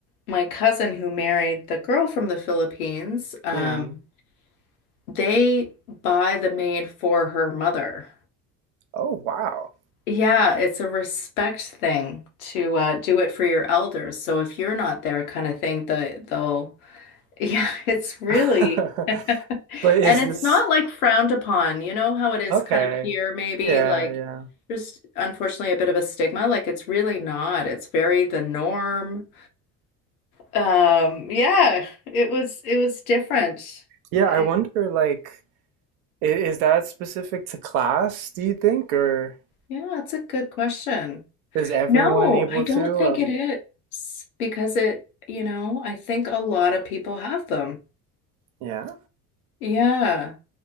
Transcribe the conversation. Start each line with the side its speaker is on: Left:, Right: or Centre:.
Left: my cousin who married the girl from the Philippines, um,
Right: Yeah.
Left: they buy the maid for her mother.
Right: Oh wow.
Left: Yeah, it's a respect thing to uh, do it for your elders. So if you're not there, kind of thing, the they'll Yeah, <laughs> it's really,
Right: <laughs>
Left: <laughs> and
Right: But is
Left: it's
Right: this
Left: not like frowned upon. You know how it is
Right: okay?
Left: kind of here, maybe
Right: Yeah,
Left: like
Right: yeah.
Left: there's unfortunately a bit of a stigma. Like it's really not. It's very the norm. Um, yeah, it was it was different.
Right: Yeah,
Left: Eh,
Right: I wonder like I- Is that specific to class, do you think, or
Left: yeah, it's a good question.
Right: is everyone
Left: No,
Right: able
Left: I don't
Right: to?
Left: think
Right: Um,
Left: it is because it, you know, I think a lot of people have them.
Right: yeah.
Left: Yeah.